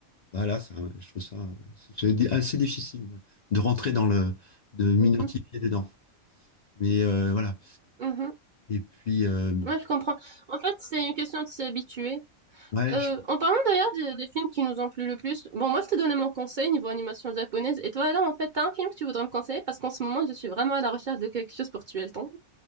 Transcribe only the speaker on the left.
voilà, c'est un- je trouve ça c'est di- assez difficile ouais, de rentrer dans le, de m'identifier
dedans. Mais euh, voilà.
Et puis, euh,
ouais.
je-